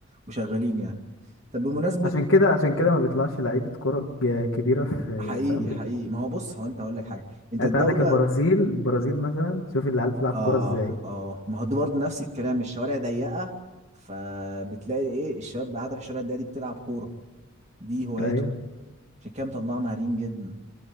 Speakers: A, on the right; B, on the left.
A: وشغالين يعني طب بمناسبة
B: عشان كده عشان كده ما بيطلعش لعيبة كرة ج- كبيرة في
A: حقيقي
B: في أمريكا
A: حقيقي ما هو بص هو انت هقول لك حاجة انت
B: يعني
A: الدولة
B: أنت عندك البرازيل البرازيل مثلا شوف العيال بتلعب
A: اه
B: كرة إزاي
A: اه ما هو ده برضه نفس الكلام الشوارع ضيقه فبتلاقي ايه الشباب قاعده في الشوارع الضيقه دي بتلعب كوره دي هوايتهم
B: أيوه
A: عشان كده مطلعه مهارين جدا